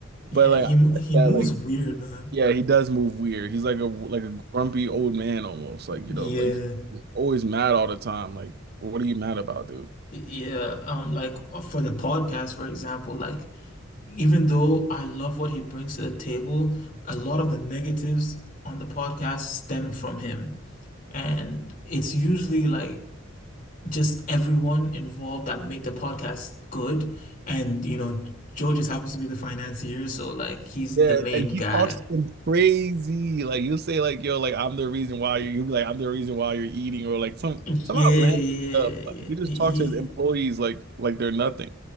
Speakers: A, on the left (about 40°); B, on the right (about 50°).
A: Yeah,
B: but like
A: he
B: I
A: mo-
B: get
A: he
B: that
A: moves
B: like
A: weird, man.
B: yeah, he does move weird. He's like a like a grumpy old man almost.
A: Yeah.
B: Like, you know, like always mad all the time. Like, what are you mad about, dude?
A: Yeah, um like for the podcast, for example, like even though I love what he brings to the table, a lot of the negatives on the podcast stem from him. And it's usually like just everyone involved that make the podcast good. And you know, Joe just happens to be the financier, so like he's
B: Yeah,
A: the main
B: and he
A: guy.
B: talks
A: <laughs>
B: some crazy. Like he'll say like, yo, like I'm the reason why you you'll be like, I'm the reason why you're eating or like some
A: Yeah,
B: some outlandish
A: yeah,
B: stuff. Like
A: yeah.
B: he
A: yeah.
B: just
A: He,
B: talks
A: he,
B: to his employees like like they're nothing.